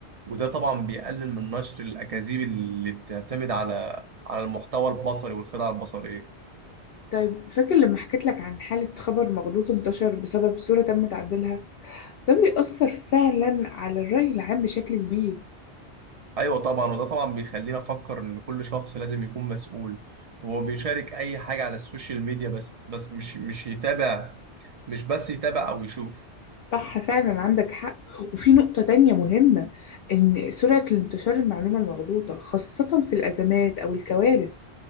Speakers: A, on the right; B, on the left.
A: وده طبعا بيقلل من نشر الاكاذيب اللي بتعتمد على على المحتوى البصري والخدع البصريه
B: طيب فاكر لما حكيت لك عن حالة خبر مغلوط انتشر بسبب صورة تم تعديلها ده بيأثر فعلا على الرأي العام بشكل كبير
A: ايوه طبعا وده طبعا بيخلينا نفكر ان كل شخص لازم يكون مسؤول وهو بيشارك اي حاجه على السوشيال ميديا بس بس مش مش يتابع مش بس يتابع او يشوف
B: صح فعلا عندك حق وفي نقطة تانية مهمة إن سرعة الانتشار المعلومة المغلوطة خاصة في الأزمات أو الكوارث